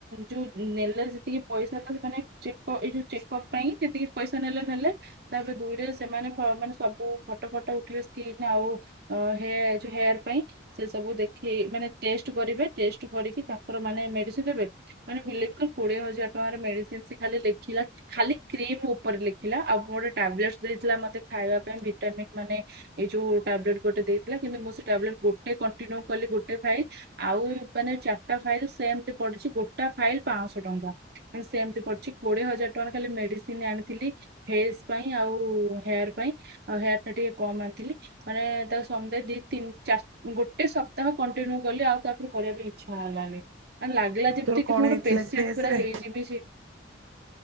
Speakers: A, on the right; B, on the right.
A: ଯୋଉ ନେଲା ଯେତିକି ପଇସା ତା ମାନେ ଚେକ ଏଇ ଯୋଉ ଚେକପ୍ ପାଇଁ ଯେତିକି ପଇସା ନେଲେ ନେଲେ ତାପରେ ଦୁଇଟରେ ସେମାନେ ପ ମାନେ ସବୁ ଫଟୋ ଫଟ ଉଠିବେ ସ୍କ୍ରନ୍ ଆଉ ଅ ହେ ଯୋଉ ହେୟାର ପାଇଁ ସେ ସବୁ ଦେ ଖେଇ ମାନେ ଟେଷ୍ଟ୍ କରିବେ ଟେଷ୍ଟ୍ କରିକି ତାଙ୍କର ମାନେ ମେଡିସିନ ଦେବେ। ମାନେ ବିଲିବ୍ କର କୋଡିଏ ହଜାର ଟଙ୍କାର ମେଡିସିନ ସେ ଖାଲି ଲେଖିଲା। ଖାଲି କ୍ରିମ ଉପରେ ଲେଖିଲା ଆଉ ଗୋଟେ ଟାବଲେଟ ଦେଇଥିଲା ମତେ ଖାଇବା ପାଇଁ ଭିଟାମିନ୍ ମାନେ ଏଇ ଯୋଉ ଟାବଲେଟ ଗୋଟେ ଦେଇଥିଲା କିନ୍ତୁ ମୁଁ ସେ ଟାବଲେଟ ଗୋଟେ କଣ୍ଟିନ୍ୟୁ କଲି ଗୋଟେ ପାଇଲ। ଆଉ ମାନେ ଚାରିଟା ଫାଇଲ ସେମତି ପଡିଛି ଗୋଟା ଫାଇଲ ପାଞ୍ଚଶହ ଟଙ୍କା ମାନେ ସେମତି ପଡିୁଛି କୋଡିଏ ହଜାର ଟଙ୍କାର ଖାଲି ମେଡିସିନ ଆଣିଥିଲି। ଫେସ୍ ପାଇଁ ଆଉ ହେୟାର ପାଇଁ ଆଉ ହେୟାର ପାଇଁ ଟିକେ କମ୍ ଆଣିଥିଲି ମାନେ ତାକୁ ସମଦାୟୀ ଦି ତିନି ଚାର ଗୋଟେ ସପ୍ ପ୍ତାହ କଣ୍ଟିନ୍ୟୁ କଲି ଆଉ ତାପରେ କରିବା ଇଚ୍ଛା ହେଲାନି। ମାନେ ଲାଗିଲା ଯେମତିକି
B: ତୋର କଣ
A: ମୁଁ
B: ହେଇଥିଲା
A: ଗୋଟେ ପେସେଣ୍ଟ
B: କି ଫେସ
A: ପୁରା
B: ରେ
A: ହେଇଯିବି ସେ।